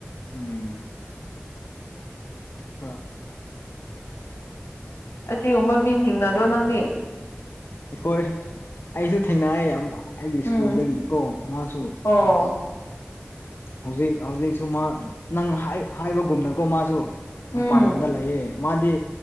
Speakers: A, on the left; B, on the left.
A: ꯎꯝ ꯈꯔ
B: ꯑꯁꯤꯒꯨꯝꯕ ꯃꯤ ꯊꯦꯡꯅꯗ꯭ꯔꯣ ꯅꯪꯗꯤ
A: ꯑꯩꯈꯣꯏ ꯑꯩꯁꯨ ꯊꯦꯡꯅꯑꯌꯦ ꯑꯩꯒꯤ ꯁ꯭ꯀꯨꯜꯗꯒꯤ
B: ꯎꯝ
A: ꯀꯣ ꯃꯥꯁꯨ
B: ꯑꯣ
A: ꯑ ꯍꯧꯖꯤꯛ ꯍꯧꯖꯤꯛꯁꯨ ꯃꯥ ꯅꯪ ꯍꯥꯏꯕꯒꯨꯝꯅꯀꯣ ꯃꯥꯁꯨ ꯃꯄꯥꯟ
B: ꯎꯝ
A: ꯂꯝꯗ ꯂꯩꯌꯦ ꯃꯥꯗꯤ